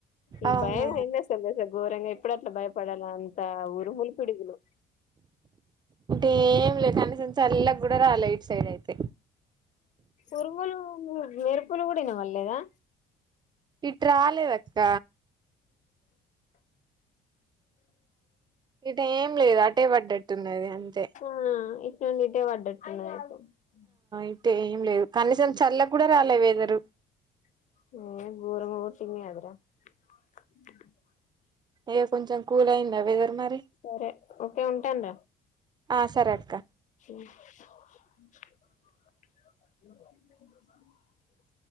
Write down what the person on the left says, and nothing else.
ఈ
భయం అయింది అసలు <unintelligible> ఘోరంగా ఎప్పుడు అట్లా భయపడ నంత ఊరుములు పిడుగులు
ఉరుములు మెరుపులు కూడ ఇనవడలేదా
ఆ <unintelligible>
<unintelligible>
సరే ఒకే వుంటాన్డ
అ